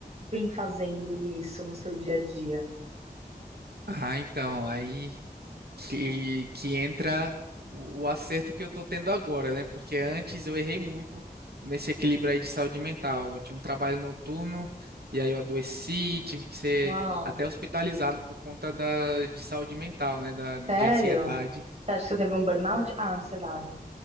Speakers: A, on the right; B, on the right.
A: vem fazendo isso no seu dia a dia?
B: Ah, então, aí que, que entra o, o acerto que eu estou tendo agora, né? Porque antes eu errei muito nesse equilíbrio aí de saúde mental. Eu tinha um trabalho noturno e aí eu adoeci, tive que ser
A: Uau.
B: até hospitalizado por conta da, de saúde mental, né? Da, de
A: Sério?
B: ansiedade.
A: Você acha que você teve um burnout? Ah, ansiedade.